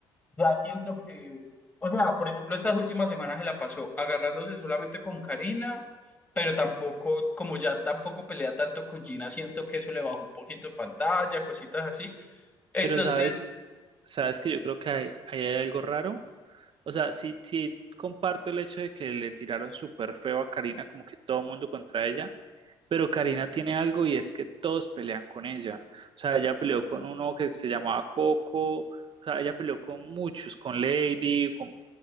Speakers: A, on the left (about 15°); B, on the right (about 50°).
A: ya siento que, o sea, por ejemplo estas últimas semanas se la pasó agarrándose solamente con Karina, pero tampoco, como ya tampoco pelea tanto con Gina, siento que eso le bajó un poquito de pantalla, cositas así. Entonces...
B: Pero sabes, sabes que yo creo que hay- ahí hay, algo raro. O sea, sí, sí comparto el hecho de que le tiraron súper feo a Karina, como que todo el mundo contra ella, pero Karina tiene algo y es que todos pelean con ella. O sea, ella peleó con uno que se llamaba Coco, o sea, ella peleó con muchos, con Lady, con